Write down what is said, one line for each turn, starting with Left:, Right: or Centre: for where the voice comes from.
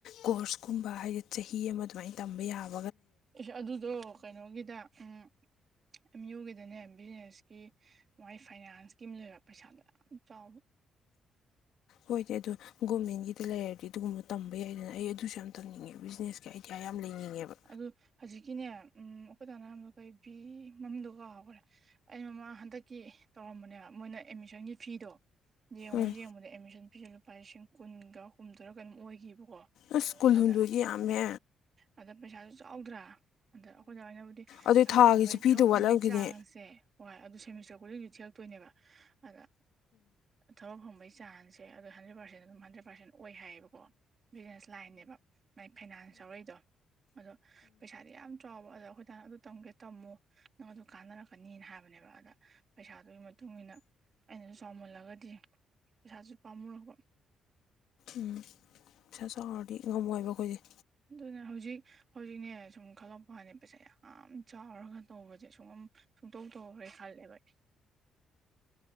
Left: ꯀꯣꯔꯁꯀꯨꯝꯕ ꯍꯥꯏꯗꯤ ꯆꯍꯤ ꯑꯃ ꯑꯗꯨꯃꯥꯏꯅ ꯇꯝꯕ ꯌꯥꯕ
Right: ꯑꯦꯁ ꯑꯗꯨꯗꯣ ꯀꯩꯅꯣꯒꯤꯗ ꯎꯝ ꯑꯦꯝ ꯌꯨꯒꯤꯗꯅꯦ ꯕꯤꯖꯤꯅꯦꯁꯀꯤ ꯃꯥꯒꯤ ꯐꯥꯏꯅꯥꯟꯁꯀꯤꯝ ꯂꯩꯕ ꯄꯩꯁꯥꯗꯣ ꯌꯥꯝ ꯆꯥꯎꯕ
Left: ꯍꯣꯏꯗꯤ ꯑꯗꯨꯗ ꯒꯣꯔꯃꯦꯟꯒꯤꯗ ꯂꯩꯔꯗꯤ ꯑꯗꯨꯒꯨꯝꯕ ꯇꯝꯕ ꯌꯥꯏꯗꯅ ꯑꯩ ꯑꯗꯨꯁꯨ ꯌꯥꯝ ꯇꯝꯅꯤꯡꯉꯦ ꯕꯤꯖꯤꯅꯦꯁꯀꯤ ꯑꯥꯏꯗꯤꯌꯥ ꯌꯥꯝ ꯂꯩꯅꯤꯡꯉꯦꯕ
Right: ꯑꯗꯨ ꯍꯧꯖꯤꯛꯀꯤꯅꯦ ꯎꯝ ꯑꯩꯈꯣꯏ ꯇꯅꯔꯝꯗꯣ ꯀꯔꯤ ꯐꯤ ꯃꯝꯗ ꯍ ꯍꯥꯎꯈꯔꯦ ꯑꯩ ꯃꯃꯥ ꯍꯟꯗꯛꯀꯤ ꯇꯧꯔꯝꯕꯅꯦꯕ ꯃꯣꯏꯅ ꯑꯦꯠꯃꯤꯁꯟꯒꯤ ꯐꯤꯗꯣ ꯌꯦꯡꯉꯣꯏ
Left: ꯎꯝ
Right: ꯌꯦꯡꯉꯨꯅꯦ ꯑꯦꯗꯃꯤꯁꯟ ꯐꯤꯁꯦ ꯂꯨꯄꯥ ꯂꯤꯁꯤꯡ ꯀꯨꯟꯒ ꯍꯨꯝꯗꯔꯒ ꯑꯗꯨꯝ ꯑꯣꯏꯈꯤꯕꯣ ꯑꯣ
Left: ꯑꯁ ꯀꯨꯜꯍꯨꯝꯗꯣꯏꯗꯤ
Right: ꯑꯗ
Left: ꯌꯥꯝꯃꯦ
Right: ꯑꯗ ꯄꯩꯁꯥꯁꯨ ꯆꯥꯎꯗ꯭ꯔꯥ ꯑꯗ ꯑꯩꯈꯣꯏꯗ ꯑꯣꯏꯅꯕꯨꯗꯤ
Left: ꯑꯗꯨꯏ
Right: ꯊꯕꯛ
Left: ꯊꯥꯒꯤꯁꯨ
Right: ꯐꯪꯕꯒꯤ
Left: ꯄꯤꯗ
Right: ꯊꯕꯛ ꯐꯪꯕꯒꯤ
Left: ꯋꯥꯠꯂꯝꯈꯤꯅꯤ
Right: ꯆꯥꯡꯁꯦ ꯍꯣꯏ ꯑꯗꯨ ꯁꯦꯃꯤꯁꯇꯔ ꯈꯨꯗꯤꯡ ꯍꯧꯖꯤꯛ ꯊꯤ ꯇꯣꯏꯅꯦꯕ ꯑꯗ ꯊꯕꯛ ꯐ ꯃꯒꯤ ꯆꯥꯟꯁꯦ ꯑꯗꯣ ꯍꯟꯗ꯭ꯔꯦꯠ ꯄꯔꯁꯦꯟ ꯑꯗꯨꯝ ꯍꯟꯗ꯭ꯔꯦꯠ ꯄꯔꯦꯟ ꯑꯣꯏ ꯍꯥꯏꯌꯦꯕꯀꯣ ꯕꯤꯖꯤꯅꯦꯁ ꯂꯥꯏꯟꯅꯦꯕ ꯃꯥꯏ ꯐꯥꯏꯅꯥꯟꯁ ꯌꯥꯎꯔꯏꯗꯣ ꯑꯗꯣ ꯄꯩꯁꯥꯗꯤ ꯌꯥꯝ ꯆꯥꯎꯕ ꯑꯗꯣ ꯑꯩꯈꯣꯏꯗꯅ ꯑꯗꯨ ꯇꯝꯒꯦ ꯇꯝꯃꯣ ꯅꯪ ꯑꯗꯨ ꯀꯥꯟꯅꯔꯛꯀꯅꯤꯅ ꯍꯥꯏꯕꯅꯦꯕ ꯑꯗ ꯄꯩꯁꯥꯗꯨꯒꯤ ꯃꯇꯨꯡ ꯏ ꯃꯇꯨꯡꯏꯟꯅ ꯑꯩꯅꯁꯨ ꯆꯥꯎꯃꯜꯂꯒꯗꯤ ꯄꯩꯁꯥꯁꯨ ꯄꯥꯝꯃꯔꯕ
Left: ꯎ ꯄꯩꯁꯥ ꯆꯥꯎꯔꯗꯤ ꯉꯝꯃꯣꯏꯕ ꯑꯩꯈꯣꯏꯁꯦ
Right: ꯑꯗꯨꯅ ꯍꯧꯖꯤꯛ ꯍꯧꯖꯤꯛꯅꯦ ꯁꯨꯝ ꯈꯜꯂꯛꯄꯅꯦ ꯄꯩꯁꯥ ꯌꯥꯝ ꯆꯥꯎꯔꯒ ꯇꯧꯕꯁꯦ ꯁꯨꯡꯝ ꯁꯨꯡꯇꯧ ꯇꯣꯛꯈ꯭ꯔꯦ ꯈ ꯊꯦꯕꯥꯏ